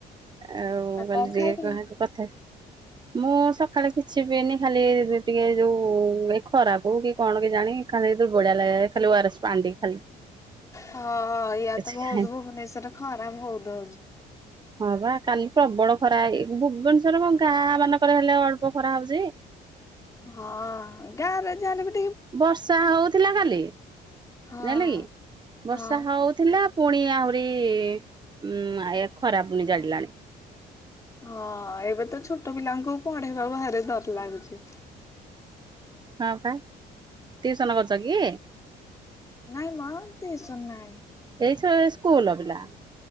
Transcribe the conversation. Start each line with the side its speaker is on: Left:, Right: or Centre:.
Right: ଆଉ କହିଲି
Left: କଣ
Right: ଟିକେ
Left: ଖାଇଥିଲ?
Right: କଥା ମୁଁ ସକାଳେ କିଛି ପିଇନି ଖାଲି ଟିକେ ଯୋଉ ଏ ଖରାପ ହଉ କି କଣ କି ଜାଣି। ଖାଲି ଦୂର୍ବଳିଆ ଲାଗିଲା ଯେ ଖାଲି ଓରାସ ପାଣି ଟିକ୍
Left: ହଁ ୟା
Right: କିଛି
Left: ତ ବହୁତ
Right: ଖାଇନି।
Left: ଭୁବନେଶ୍ଵରରେ ଖରା ବହୁତ ହଉଛି।
Right: ହଁ ବା କାଲି ପ୍ରବଳ ଖରା ହେଇ ଭୁବନେଶ୍ଵର କଣ ଗାଁ ମାନଙ୍କରେ ହେଲେ ଅଳ୍ପ ଖରା ହଉଛି।
Left: ହଁ ଗାଁରେ ଯାହା ହେଲେବି
Right: ବର୍ଷା ହଉଥିଲା କାଲି
Left: ହଁ
Right: ଜାଣିଲ କି ବର୍ଷା
Left: ହଁ।
Right: ହଉଥିଲା ପୁଣି ଆହୁରି ଉ ଆ ଖରାପୁନି ଜାଳିଲାଣି।
Left: ହଁ ଏବେ ତ ଛୋଟ ପିଲାଙ୍କୁ ପଢେଇବା ଭାରି ଡର ଲାଗୁଛି।
Right: ହଁ ପା। ଟିଉସନ କରୁଛ କି
Left: ନାଇଁ ମ ଟ୍ୟୁସନ ନାଇଁ।
Right: ଏ ଛୁଆ ସ୍କୁଲ ର ପିଲା।